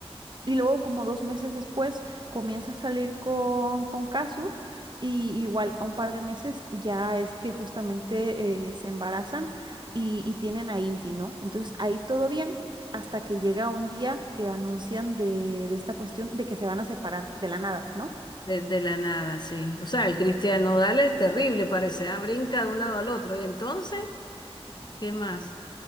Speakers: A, on the right; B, on the left.
A: Y luego, como dos meses después, comienza a salir con, con Kazu. Y igual, a un par de meses ya es que justamente eh, se embarazan y, y tienen a Inti, ¿no? Entonces ahí todo bien, hasta que llega un día que anuncian de, de esta cuestión de que se van a separar de la nada, ¿no?
B: desde la nada, sí. O sea, el Cristiano Nodal es terrible, parece, ah, Brinca de un lado al otro. ¿Y entonces? ¿Qué más?